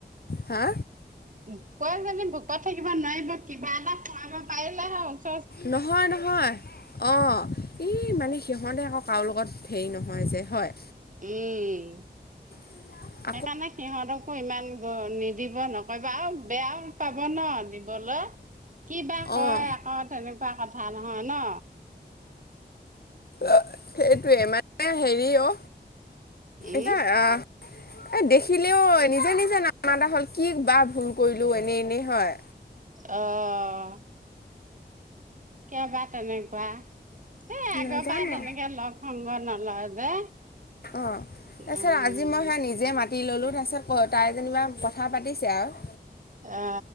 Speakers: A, on the left; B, on the right.
A: হা
B: <unintelligible> ভোকত থাকিব নোৱাৰিব কিবা এটা খুৱাব পাৰিলে হল।
A: নহয় নহয় অ', এই মানে সিহঁতে আকৌ কাৰো লগত হেৰি নহয় যে হয়।
B: উম
A: <inaudible>
B: সেইকাৰণে সিহঁতকো ইমান গ নিদিব নকৰিবা আৰু বেয়াও পাব ন। বল কিবা
A: অঁ
B: কয় আকৌ তেনেকুৱা কথা নহয় ন।
A: অ', সেইটোৱে মানে হেৰি অ।
B: উম
A: এতিয়া আ এ, দেখিলেও নিজা নিজা না <unintelligible> এটা হ'ল কি বা ভুল কৰিলোঁ এনেই এনেই হয়।
B: অ', কেবা তেনেকুৱা এই আগৰ
A: নাজানো
B: পাই তেনেকে লগ সংগ নলয় যে
A: অ তাৰপিছত
B: উম
A: আজি মই সে নিজে মাতি ললো তাৰপিছত ক তাই যেনিবা কথা পাতিছে আও
B: অ